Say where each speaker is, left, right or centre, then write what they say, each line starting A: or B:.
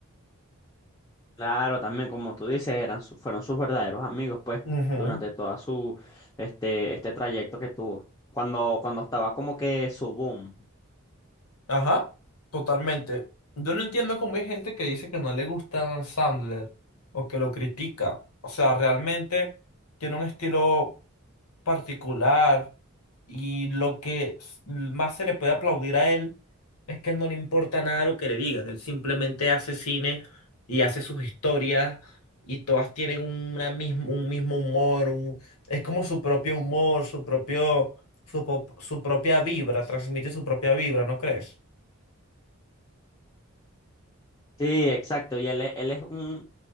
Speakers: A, on the left; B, on the left.
A: claro, también como tú dices, eran su- fueron sus verdaderos amigos, pues,
B: Ujú.
A: durante toda su, este, este trayecto que tuvo. Cuando, cuando estaba como que su boom.
B: Ajá, totalmente. Yo no entiendo cómo hay gente que dice que no le gusta Sandler o que lo critica. O sea, realmente tiene un estilo particular y lo que s- más se le puede aplaudir a él es que él no le importa nada lo que le digan. Él simplemente hace cine y hace sus historias y todas tienen una mismo, un mismo humor. un- Es como su propio humor, su propio, su, pop- su propia vibra, transmite su propia vibra, ¿no crees?
A: Sí, exacto, y él, es- él es un,